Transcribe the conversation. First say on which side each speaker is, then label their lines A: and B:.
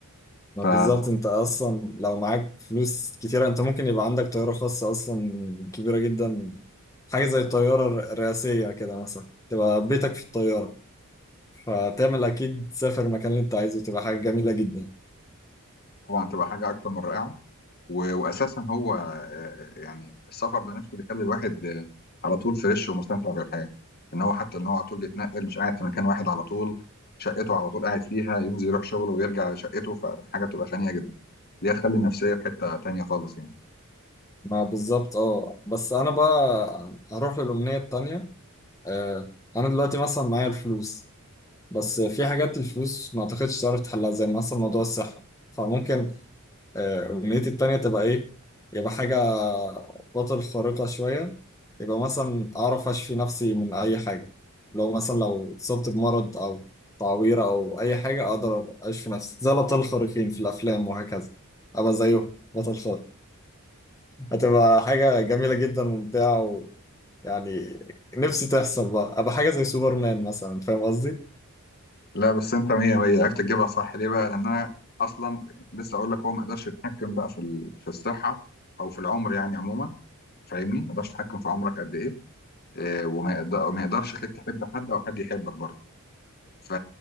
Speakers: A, on the left; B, on the left.
A: ما
B: فطبعا
A: بالظبط انت اصلا لو معاك فلوس كتيرة انت ممكن يبقى عندك طيارة خاصة اصلا كبيرة جدا حاجة زي الطيارة الر- الرئاسية كده مثلا تبقى بيتك في الطيارة فبتعمل اكيد تسافر المكان اللي انت عايزه تبقى حاجه جميله جدا
B: تبقى حاجه اكتر من رائعه و- واساسا هو آه، يعني السفر ده نفسه بيخلي الواحد آه، على طول فريش ومستمتع بالحياه ان هو حتى ان هو على طول بيتنقل مش قاعد في مكان واحد على طول شقته على طول قاعد فيها ينزل يروح شغله ويرجع شقته فحاجه بتبقى غنيه جدا دي هتخلي النفسيه في حته تانيه خالص يعني
A: ما بالظبط اه بس انا بقى هروح للامنيه التانيه آه انا دلوقتي مثلا معايا الفلوس بس في حاجات الفلوس ما اعتقدش تعرف تحلها زي مثلا موضوع الصحه فممكن آه، أمنيتي التانية تبقى إيه؟ يبقى حاجة بطل خارقة شوية يبقى مثلا أعرف أشفي نفسي من أي حاجة لو مثلا لو اتصبت بمرض أو تعويرة أو أي حاجة أقدر أشفي نفسي زي الأبطال الخارقين في الأفلام وهكذا أبقى زيهم بطل خارق هتبقى حاجة جميلة جدا وممتعة ويعني نفسي تحصل بقى أبقى حاجة زي سوبرمان مثلا فاهم قصدي؟
B: لا بس انت مية مية عرفت تجيبها صح ليه بقى؟ لان انا اصلا لسه اقول لك هو ما يقدرش يتحكم بقى في ال- في الصحه او في العمر يعني عموما فاهمني؟ ما يقدرش يتحكم في عمرك قد ايه اه، وما يقدر- وما يقدرش يخليك تحب حد او حد يحبك برضه ف...